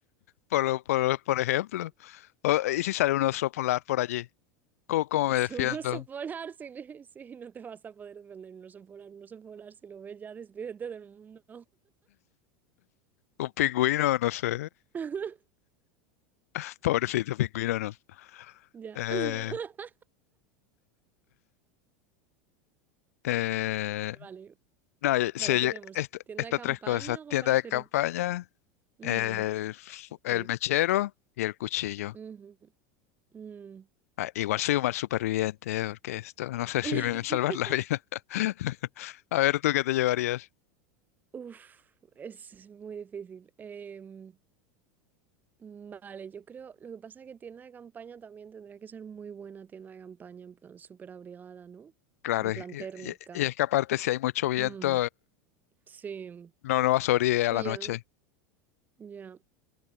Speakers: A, on the left; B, on the right.
A: por, por, por ejemplo. O- ¿y si sale un oso polar por allí? ¿Cómo, cómo me
B: Si
A: defiendo?
B: un oso polar, si, si no te vas a poder defender un oso polar, un oso polar, si lo ves ya, despídete del mundo.
A: ¿Un pingüino? No sé.
B: <laughs>
A: <laughs> Pobrecito pingüino, no.
B: Ya.
A: Eh,
B: <laughs>
A: eh,
B: Eh, Vale,
A: no, yo-
B: vale,
A: sí,
B: ¿qué
A: yo-
B: tenemos?
A: est-
B: ¿Tienda
A: estas
B: de campaña?
A: tres cosas.
B: ¿Algo
A: Tienda
B: para
A: de
B: hacer?
A: campaña,
B: Mm,
A: el, fu-
B: ok.
A: el mechero y el cuchillo.
B: Ujú, mm.
A: Ah, igual soy un mal superviviente, eh, porque esto no sé si
B: <laughs>
A: me va a salvar la vida. <laughs> A ver, ¿tú qué te llevarías?
B: Uf, es muy difícil. Em, Mm, Vale, yo creo, lo que pasa es que tienda de campaña también tendría que ser muy buena tienda de campaña, en plan súper abrigada, ¿no?
A: Claro,
B: En
A: y,
B: plan
A: y-
B: térmica.
A: y es que aparte si hay mucho viento,
B: Mm, sí,
A: No, no va a sobrevivir
B: sí,
A: a la
B: ya,
A: noche.
B: ya.